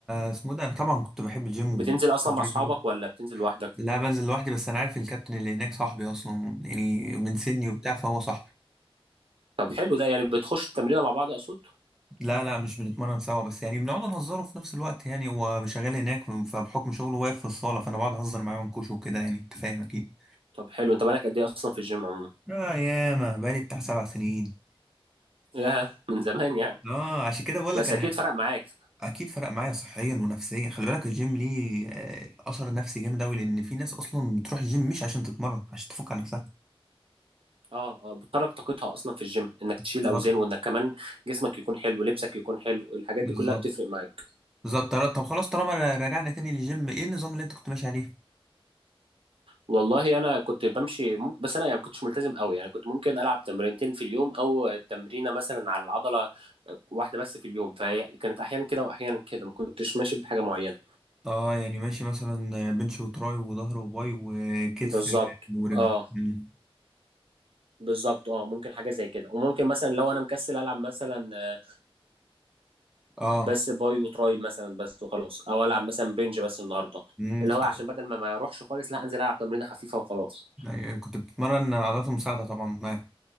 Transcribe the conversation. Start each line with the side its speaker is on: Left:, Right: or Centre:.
Centre: اسمه إيه ده انا طبعا كنت بحب الجيم وبستمر
Right: بتنزل اصلا مع اصحابك
Centre: فيه
Right: ولا بتنزل لوحدك
Centre: لا بنزل لوحدي بس انا عارف الكابتن اللي هناك صاحبي اصلا يعني من سني وبتاع فهو صاحبي
Right: طب حلو ده يعني بتخش التمرين مع بعض اقصد
Centre: لا لا مش بنتمرن سوا بس يعني بنقعد نهزره في نفس الوقت يعني هو شغال هناك فبحكم شغله واقف في الصالة فأنا بقعد أهزر معاه ونكوشه وكده يعني أنت فاهم أكيد
Right: طب حلو انت بقالك قد ايه اصلا في الجيم عموما
Centre: آه ياما بقالي بتاع سبع سنين
Right: ياه من زمان يعني
Centre: آه عشان كده بقول
Right: بس
Centre: لك أنا
Right: اكيد فرق معاك
Centre: أكيد فرق معايا صحيا ونفسيا خلي بالك الجيم ليه آه، أثر نفسي جامد أوي لأن في ناس أصلا بتروح الجيم مش عشان تتمرن عشان تفك عن نفسها
Right: اه اه بتترك طاقتها اصلا في الجيم انك تشيل
Centre: بالظبط
Right: اوزان وانك كمان جسمك يكون حلو لبسك يكون حلو الحاجات
Centre: بالظبط
Right: دي كلها بتفرق معاك
Centre: بالظبط طب طب خلاص طالما رجعنا تاني للجيم إيه النظام اللي أنت كنت ماشي عليه؟
Right: والله انا كنت بمشي ممكن بس انا يعني ما كنتش ملتزم قوي يعني كنت ممكن العب تمرينتين في اليوم او تمرينه مثلا على العضله آه، واحده بس في اليوم فهي كانت احيانا كده واحيانا كده ما كنتش ماشي بحاجه معينه
Centre: اه يعني ماشي مثلا بنش وتراي وظهر وباي وكتف
Right: بالظبط
Centre: ورجل
Right: اه
Centre: مم.
Right: بالظبط اه ممكن حاجه زي كده وممكن مثلا لو انا مكسل العب مثلا آه،
Centre: اه
Right: بس باي وتراي مثلا بس وخلاص او العب مثلا بنج بس النهارده
Centre: مم.
Right: اللي
Centre: كنت
Right: هو عشان بدل ما ما اروحش خالص لا انزل العب تمرينه خفيفه وخلاص
Centre: أيوة، كنت بتمرن عضلات المساعدة طبعا معاه